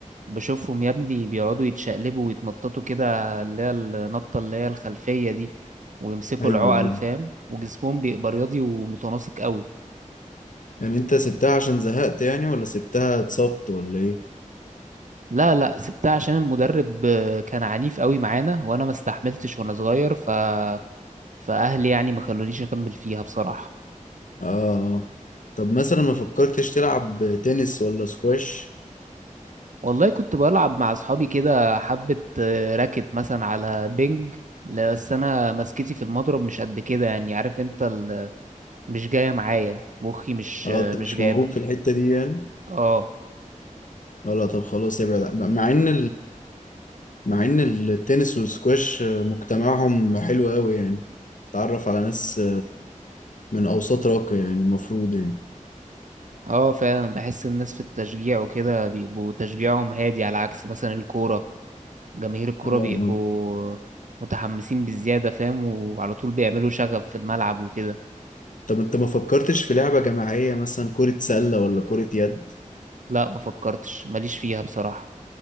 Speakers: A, on the right; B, on the left.
A: بشوفهم يا ابني بيقعدوا يتشقلبوا ويتنططوا كده اللي هي النطة اللي هي الخلفية دي ويمسكوا
B: ايوه
A: العقل
B: ايوه
A: فاهم وجسمهم بيبقى رياضي ومتناسق قوي
B: يعني انت سبتها عشان زهقت يعني ولا سبتها اتصبت ولا ايه
A: لا لا سبتها عشان المدرب آه، كان عنيف قوي معانا وانا ما استحملتش وانا صغير ف فاهلي يعني ما خلونيش اكمل فيها بصراحة
B: اه اه طب مثلا ما فكرتش تلعب تنس ولا سكواش
A: والله كنت بلعب مع اصحابي كده حبة آه، راكت مثلا على بينج لا، بس انا مسكتي في المضرب مش قد كده يعني عارف انت ال- مش جاية معايا مخي مش
B: اه
A: آه،
B: انت
A: مش
B: مش
A: جايبها
B: موهوب في الحتة دي يعني
A: اه
B: اه لا طب خلاص ابعد مع ان مع ان التنس والسكواش مجتمعهم حلو قوي يعني تتعرف على ناس من اوساط راقية يعني المفروض يعني
A: اه فعلا بحس الناس في التشجيع وكده بيبقوا تشجيعهم هادي على عكس مثلا الكورة جماهير الكورة
B: اه آه.
A: بيبقوا متحمسين بزيادة فاهم وعلى طول بيعملوا شغب في الملعب وكده
B: طب انت ما فكرتش في لعبة جماعية مثلا كرة سلة ولا كرة يد
A: لا ما فكرتش ماليش فيها بصراحة